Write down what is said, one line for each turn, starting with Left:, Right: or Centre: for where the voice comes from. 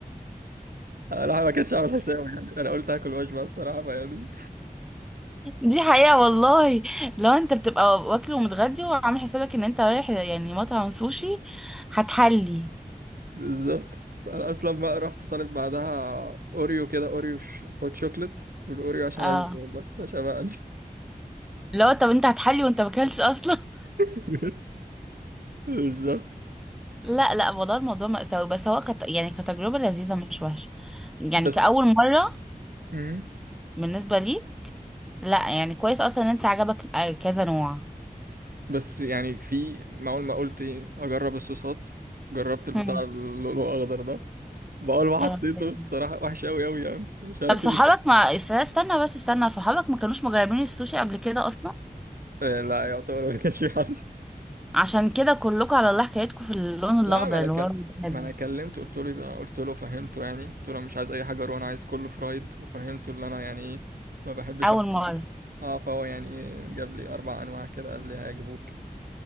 Right: انا ما كنتش عامل حساب يعني انا قلت هاكل وجبه الصراحه فيعني
Centre: دي حقيقه والله لو انت بتبقى واكل ومتغدي وعامل حسابك ان انت رايح يعني مطعم سوشي هتحلي
Right: <laughs> بالظبط انا اصلا ما رحت طالب بعدها اوريو كده اوريو ش- هوت شوكليت والاوريو عشان
Centre: اه
Right: اشبع والله مش هبقى
Centre: لو طب انت هتحلي وانت ماكلتش اصلا <laughs>
Right: <laughs> بالظبط
Centre: لا لا والله الموضوع مأساوي بس هو كت... يعني كتجربه لذيذه مش وحشه يعني
Right: بس
Centre: كأول مره
Right: مهم.
Centre: بالنسبه لي لا يعني كويس اصلا ان انت عجبك آه، كذا نوع
Right: بس يعني في ما اول ما قلت ايه اجرب الصوصات جربت البتاع
Centre: هم.
Right: اللؤلؤ الاخضر ده بقول ما حطيته
Centre: يا رب حلو.
Right: الصراحه وحش قوي قوي يعني مش عارف
Centre: طب صحابك
Right: ايه
Centre: ما است- استنى بس استنى صحابك ما كانوش مجربين السوشي قبل كده اصلا
Right: إيه، لا يعتبر ما كانش في حد
Centre: عشان كده كلكم على الله حكايتكم في اللون الاخضر
Right: لا ما انا
Centre: اللي
Right: كل...
Centre: هو الوسابي
Right: ما انا كلمته قلت له يبقى قلت له فهمته يعني قلت له أنا مش عايز اي حاجه رون عايز كله فرايد وفهمته اللي انا يعني ايه ما بحبش
Centre: اول
Right: الحاجات
Centre: مره
Right: دي اه فهو يعني جاب لي اربع انواع كده قال لي هيعجبوك